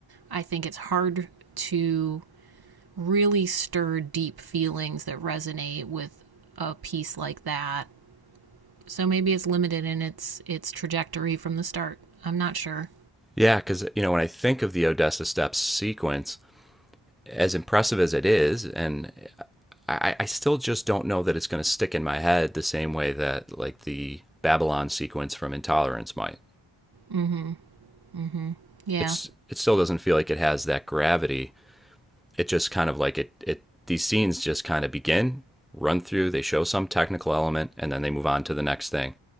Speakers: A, on the right (about 45°); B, in the centre.
A: I think it's hard to really stir deep feelings that resonate with a piece like that. So maybe it's limited in its its trajectory from the start. I'm not sure.
B: Yeah, cuz you know when I think of the Odessa Steps sequence, as impressive as it is, and I, I still just don't know that it's going to stick in my head the same way that like the Babylon sequence from Intolerance might.
A: Mm-hmm. Mm-hmm. Yeah.
B: It's it still doesn't feel like it has that gravity. It just kind of like it it these scenes just kind of begin, run through, they show some technical element, and then they move on to the next thing.